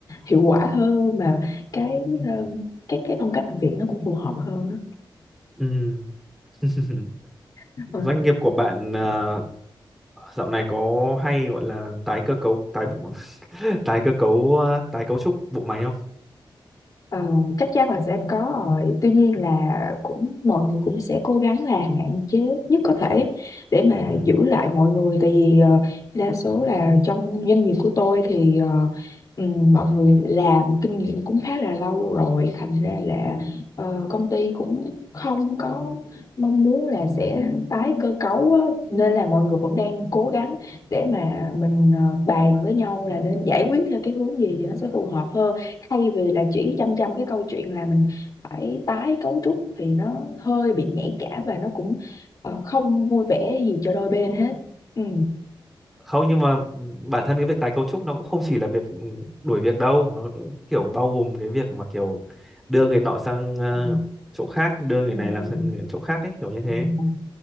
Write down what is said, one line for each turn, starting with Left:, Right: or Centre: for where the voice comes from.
Left: hiệu quả hơn mà cái um, cái cái phong cách làm việc nó cũng phù hợp hơn á
Centre: ừ <laughs>
Left: ừ.
Centre: doanh nghiệp của bạn ờ, dạo này có hay gọi là tái cơ cấu tái bộ- <laughs> tái cơ cấu ờ, tái cấu trúc bộ máy không
Left: Ờ, chắc chắn là sẽ có rồi tuy nhiên là cũng mọi người cũng sẽ cố gắng là hạn chế nhất có thể để mà
Centre: ừ.
Left: giữ lại mọi người tại vì ờ, đa số là trong doanh nghiệp của tôi thì ờ, ừm, mọi người làm kinh nghiệm cũng khá là lâu rồi thành ra là ờ, công ty cũng không có mong muốn là sẽ tái cơ cấu á. nên là mọi người vẫn đang cố gắng để mà mình ờ, bàn với nhau là nên giải quyết theo cái hướng gì thì nó sẽ phù hợp hơn thay vì là chỉ chăm chăm cái câu chuyện là mình phải tái cấu trúc thì nó hơi bị nhạy cảm và nó cũng ờ, không vui vẻ gì cho đôi bên hết ừ.
Centre: không nhưng mà bản thân cái việc tái cấu trúc nó cũng không chỉ là việc ừ, đuổi việc đâu nó cũng kiểu bao gồm cái việc mà kiểu đưa người nọ sang ờ,
Left: Ừ,
Centre: chỗ khác đưa người
Left: ừ,
Centre: này làm sang người- chỗ khác ấy kiểu như thế
Left: ừ,